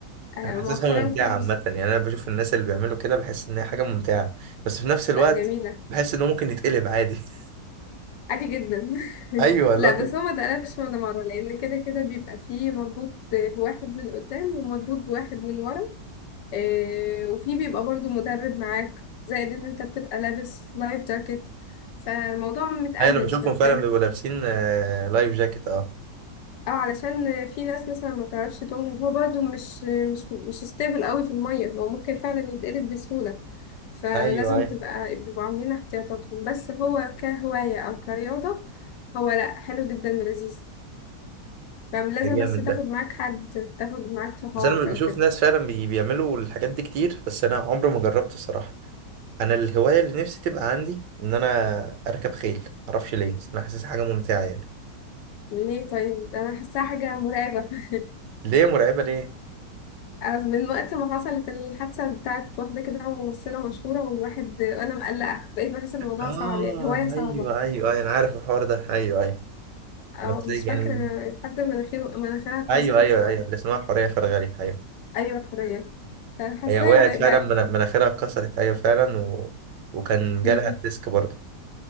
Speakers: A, on the left; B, on the right.
A: آه
B: انا حاسسها
A: مؤخرا
B: ممتعه
A: كانوا
B: عامه يعني انا بشوف الناس اللي بيعملوا كده بحس ان هي حاجه ممتعه بس في نفس الوقت
A: لا جميلة
B: بحس انه ممكن يتقلب عادي <laughs>
A: عادي جدا
B: ايوه
A: <laughs>
B: لا
A: لا بس هو ما اتقلبش ولا مرة لأن كده كده بيبقى فيه مربوط ب- بواحد من قدام ومربوط بواحد من ورا آه، وفي بيبقى برضو مدرب معاك زائد ان انت بتبقى لابس لايف جاكيت فالموضوع متأمن
B: ايوه انا بشوفهم
A: شويتين
B: فعلا بيبقوا لابسين آه، لايف جاكيت اه
A: اه علشان في ناس مثلا ما تعرفش تعوم وهو برضو مش مش مش ستيبل قوي في المية هو ممكن فعلا يتقلب بسهولة فلازم
B: ايوه ايوه
A: تبقى بيبقوا عاملين احتياطاتهم بس هو كهواية أو كرياضة هو لأ حلو جدا ولذيذ فلازم
B: ده جامد
A: بس تاخد
B: ده
A: معاك حد تاخد معاك صحابك
B: بس انا بشوف
A: أو كده
B: ناس فعلا بي- بيعملوا الحاجات دي كتير بس انا عمري ما جربت الصراحه انا الهوايه اللي نفسي تبقى عندي ان انا اركب خيل معرفش ليه بس انا حاسس حاجه ممتعه يعني
A: ليه طيب ده أنا حاساها حاجة مرعبة <laughs>
B: ليه مرعبه ليه
A: أنا من وقت ما حصلت الحادثة بتاعت واحدة كده ممثلة مشهورة والواحد أنا مقلقة بقيت بحس إن الموضوع
B: اه
A: صعب يعني هواية صعبة
B: ايوه ايوه ايوه انا عارف الحوار ده ايوه ايوه
A: أو
B: بس
A: مش
B: يعني
A: فاكرة حد مناخيره مناخيرها اتكسرت
B: ايوه ايوه
A: ف-
B: ايوه اللي اسمها حوريه فرغلي ايوه
A: أيوة حرية فحاساها
B: هي وقعت
A: بقى
B: فعلا من- مناخيرها اتكسرت ايوه فعلا و... وكان جالها
A: بقى-
B: الديسك برضه